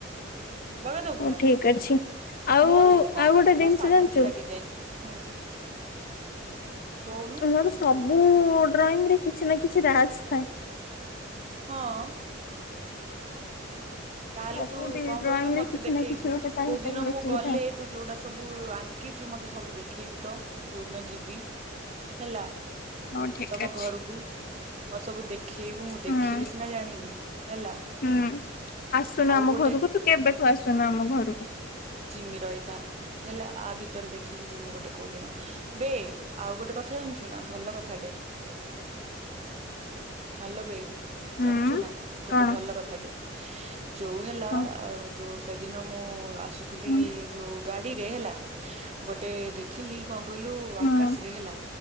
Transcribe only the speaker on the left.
ହଉ
ଠିକ ଅଛି। ଆଉ
ଆଉ
ଗୋଟେ
ଜିନିଷ
ଜାଣିଛୁ
ମୋର ସବୁ ଡ୍ରଇଂ ରେ କିଛି ନା କିଛି ରାଜ ଥାଏ।
ସବୁଠି
ଡ୍ରଇଂ
ରେ କିଛି
ନା କିଛି ଗୋଟେ ତା
ଭିତରେ
ଲୁଚିକି
ଥାଏ।
ହଉ ଠିକ
ଅଛି
ହୁଁ
ହୁଁ ଆସୁନୁ
ଆମ
ଘରକୁ ତୁ କେବେଠୁ ଆସୁନୁ ଆମ ଘରକୁ।
ହୁଁ।
କଣ
କଣ
ହୁଁ
ହୁଁ